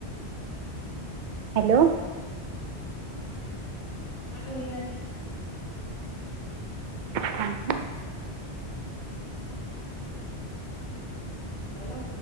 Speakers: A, on the right; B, on the left.
A: हॅलो.
B: अहो कट होईना की.
A: थांब हं
B: हॅलो.